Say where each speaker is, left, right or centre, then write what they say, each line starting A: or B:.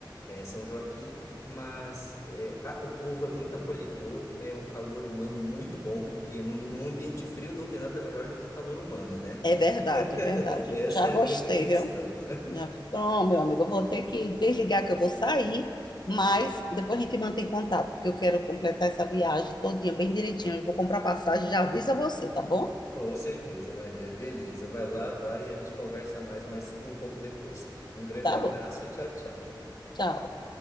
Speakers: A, on the left; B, on the left.
A: é São Joaquim, mas é, a- o povo é muito acolhedor, é um calor humano muito bom, que num, num ambiente frio não tem nada melhor do que calor humano, né?
B: É verdade,
A: <laughs>
B: é verdade.
A: Essa
B: Já
A: é
B: gostei,
A: a grande questão.
B: viu? Ah, Pronto, meu amigo, eu vou ter que desligar que eu vou sair, mas depois a gente mantém contato, porque eu quero completar essa viagem todinha bem direitinho. Eu vou comprar passagem, já aviso a você, tá bom?
A: Com certeza, Maria. Beleza, vai lá, vai e a gente conversa mais, mais um pouco depois. Um grande
B: Tá
A: abraço
B: bom.
A: e tchau, tchau.
B: Tchau.